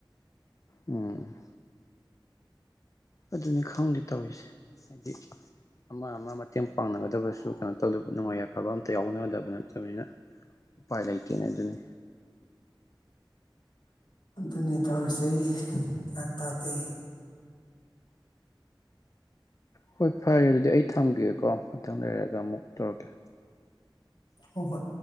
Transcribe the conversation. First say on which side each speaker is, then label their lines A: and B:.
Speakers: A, on the left; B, on the left.
A: ꯎꯝ ꯑꯗꯨꯅꯤ ꯈꯪꯗꯦ ꯇꯧꯔꯤꯁꯦ ꯍꯥꯏꯗꯤ ꯑꯃ ꯑꯃ ꯃꯇꯦꯡ ꯄꯥꯡꯅꯒꯗꯕꯁꯨ ꯀꯩꯅꯣ ꯇꯧꯗꯕ ꯅꯨꯡꯉꯥꯏ ꯌꯥꯏꯐꯕ ꯑꯃꯝꯇ ꯌꯥꯎꯅꯗꯕ ꯅꯠꯇꯕꯅꯤꯅ ꯎ ꯄꯥꯏ ꯂꯩ ꯇꯦꯅꯦ ꯑꯗꯨꯅꯤ
B: <inaudible> ꯑꯗꯨꯅꯤ ꯇꯧꯔꯤꯁꯦ ꯒ꯭ꯌꯥꯟ ꯇꯥꯗꯦ꯫
A: ꯍꯣꯏ ꯐꯔꯦ ꯑꯗꯨꯗꯤ ꯑꯩ ꯊꯝꯒꯦꯀꯣ ꯉꯥꯛꯇꯪ ꯂꯩꯔꯒ ꯑꯃꯨꯛ ꯇꯧꯔꯛꯀꯦ꯫
B: ꯍꯣꯏ ꯍꯣꯏ꯫